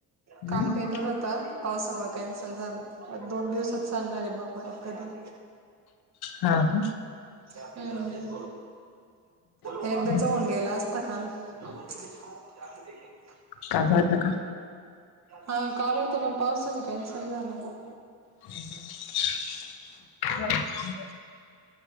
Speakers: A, on the left (about 85°); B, on the right (about 45°).
A: हम्म?
B: काल पेपर होता. पावसामुळे कॅन्सल झाला. दोन दिवसात सांगणारे मग, परत कधी?
A: हा, का?
B: हम्म.
A: का
B: एकदाचं होऊन गेला असता काल. <unintelligible> जाकर देखेंगे.
A: काजवतं का?
B: हा, काल होता पण पावसने कॅन्सल झाला ना.
A: हं, हं.